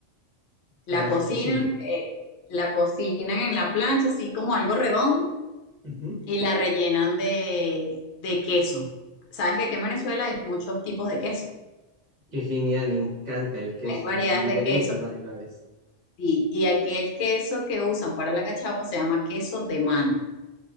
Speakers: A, on the left (about 65°); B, on the right (about 40°).
A: la
B: Suena
A: cocinan,
B: riquísimo.
A: eh, la cocinan en la plancha así como algo redondo
B: Ujú,
A: y la rellenan de, de queso. Sabes que aquí en Venezuela hay muchos tipos de queso,
B: Qué genial, me encanta el queso
A: hay variedades
B: en sus diferentes
A: de queso
B: variedades.
A: y, y aquí el queso que usan para la cachapa se llama queso de mano.